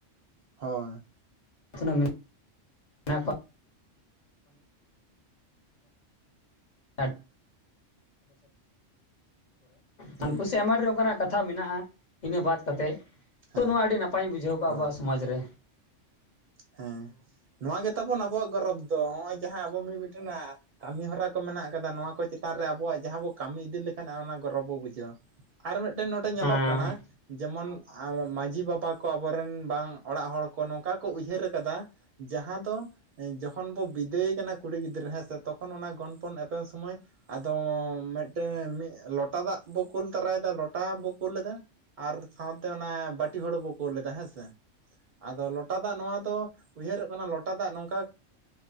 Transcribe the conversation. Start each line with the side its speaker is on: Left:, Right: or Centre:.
Right: ᱦᱳᱭ᱾
Left: <inaudible> ᱢᱮᱱᱟᱜ ᱠᱚᱣᱟ <inaudible>
Right: ᱦᱩᱸ
Left: ᱦᱟᱱᱠᱩ ᱥᱮᱫ ᱟᱭᱢᱟ ᱨᱮ ᱱᱚᱝᱠᱟᱱᱟᱜ ᱠᱟᱛᱷᱟ ᱢᱮᱱᱟᱜᱼᱟ, ᱤᱱᱟᱹ ᱵᱟᱫ ᱠᱟᱛᱮᱫ,
Right: ᱦᱮᱸ
Left: ᱛᱚ ᱱᱚᱣᱟ ᱟᱹᱰᱤ ᱱᱟᱯᱟᱭᱤᱧ ᱵᱩᱡᱷᱟᱹᱣ ᱠᱟᱜᱼᱟ
Right: ᱦᱳᱭ
Left: ᱟᱵᱚᱣᱟᱜ ᱥᱚᱢᱟᱡᱽ ᱨᱮ᱾
Right: ᱦᱮᱸ, ᱱᱚᱣᱟ ᱜᱮᱛᱟ ᱵᱚᱱ ᱟᱵᱚᱣᱟᱜ ᱜᱚᱨᱚᱵᱽ ᱫᱚ ᱦᱚᱸᱜᱼᱚᱭ ᱡᱟᱦᱟᱸ ᱟᱵᱚ ᱢᱤ ᱢᱤᱫᱴᱮᱱ ᱟᱸ ᱠᱟᱹᱢᱤᱦᱚᱨᱟ ᱠᱚ ᱢᱮᱱᱟᱜ ᱟᱠᱟᱫᱟ ᱱᱚᱣᱟ ᱠᱚ ᱪᱮᱛᱟᱱ ᱨᱮ ᱟᱵᱚᱣᱟᱜ ᱡᱟᱦᱟᱸ ᱵᱚ ᱠᱟᱹᱢᱤ ᱤᱫᱤ ᱞᱮᱠᱷᱟᱱ ᱚᱱᱟ ᱜᱚᱨᱚᱵᱽ ᱵᱚ ᱵᱩᱡᱷᱟᱹᱣᱟ᱾ ᱟᱨ ᱢᱤᱫᱴᱟᱝ ᱱᱚᱰᱮ ᱧᱮᱞᱚᱜ
Left: ᱦᱮᱸ
Right: ᱠᱟᱱᱟ ᱡᱮᱢᱚᱱ ᱟᱸ ᱢᱟᱺᱡᱷᱤ ᱵᱟᱵᱟ ᱠᱚ ᱟᱵᱚᱨᱮᱱ ᱵᱟᱝ ᱚᱲᱟᱜ ᱦᱚᱲ ᱠᱚ ᱱᱚᱝᱠᱟ ᱠᱚ ᱩᱭᱦᱟᱹᱨ ᱠᱟᱫᱟ ᱡᱟᱦᱟᱸ ᱫᱚ ᱮᱸ ᱡᱚᱠᱷᱚᱱ ᱵᱚ ᱵᱤᱫᱟᱹᱭᱮ ᱠᱟᱱᱟ ᱠᱩᱲᱤ ᱜᱤᱫᱽᱨᱟᱹ ᱦᱮᱸᱥᱮ ᱛᱚᱠᱷᱚᱱ ᱚᱱᱟ ᱜᱚᱱᱯᱚᱱ ᱮᱯᱮᱱ ᱥᱚᱢᱚᱭ ᱟᱫᱚ ᱢᱤᱫᱴᱮᱱ ᱢᱤᱛ ᱞᱚᱴᱟ ᱫᱟᱜ ᱵᱚ ᱠᱩᱞ ᱛᱚᱨᱟᱭ ᱮᱫᱟ ᱞᱚᱴᱟ ᱵᱚ ᱠᱩᱞ ᱮᱫᱟ ᱟᱨ ᱥᱟᱶ ᱛᱮ ᱚᱱᱟ ᱵᱟᱹᱴᱤ ᱦᱩᱲᱩ ᱵᱚ ᱠᱩᱞ ᱮᱫᱟ ᱦᱮᱸ ᱥᱮ ᱟᱫᱚ ᱞᱚᱴᱟ ᱫᱟᱜ ᱱᱚᱣᱟ ᱫᱚᱼᱼ ᱫᱚ ᱩᱭᱦᱟᱹᱨᱚᱜ ᱠᱟᱱᱟ ᱞᱚᱴᱟ ᱫᱟᱜ ᱱᱚᱝᱠᱟ